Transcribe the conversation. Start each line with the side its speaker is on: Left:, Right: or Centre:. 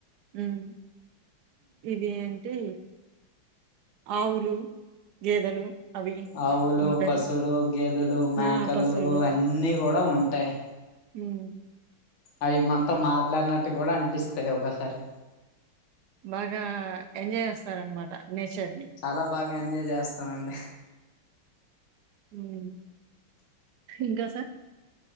Right: ఉమ్ ఇది ఏంటి ఆవులు గేదెలు అవి
Left: ఆవులు
Right: ఉంటాయి.
Left: పశులు గేదెలు మేకలు
Right: ఆ! పశువులు.
Left: అన్నీ కూడా ఉం టాయి
Right: హమ్
Left: అయి మనతో మాట్లాడినట్టు కూడా అనిపిస్తాయి ఒక్కోకసారి
Right: బాగా ఎంజాయ్ చేస్తారనమాట నేచర్ ని
Left: చాలా బాగా ఎంజాయ్ చేస్తానండి
Right: హమ్ ఇంకా